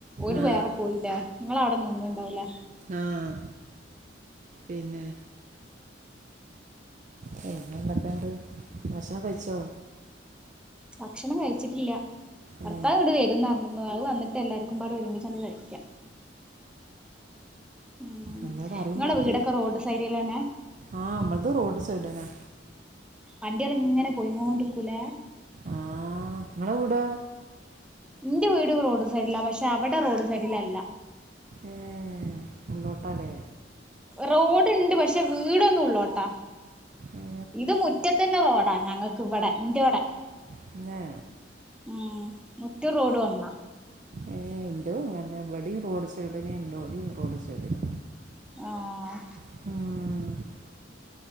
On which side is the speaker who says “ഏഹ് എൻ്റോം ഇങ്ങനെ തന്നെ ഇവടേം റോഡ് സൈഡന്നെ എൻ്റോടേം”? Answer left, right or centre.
Right